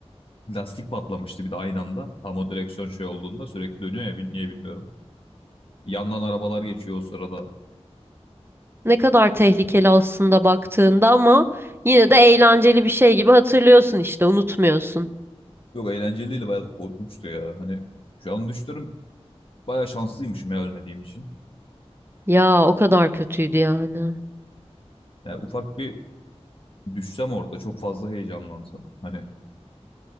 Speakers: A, on the left; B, on the right.
A: Lastik patlamıştı bir de aynı anda. Tam o direksiyon şey olduğunda sürekli dönüyor ya bil- niye bilmiyorum. Yandan arabalar geçiyor o sırada.
B: ne kadar tehlikeli aslında baktığında ama yine de eğlenceli bir şey gibi hatırlıyorsun işte, unutmuyorsun.
A: Yok eğlenceliydi bayağı da korkunçtu ya. Hani şu an düşünüyorum bayağı şanslıymışım ya ölmediğim için.
B: Ya o kadar kötüydü yani.
A: Yani ufak bir düşsem orada çok fazla heyecanlansam. Hani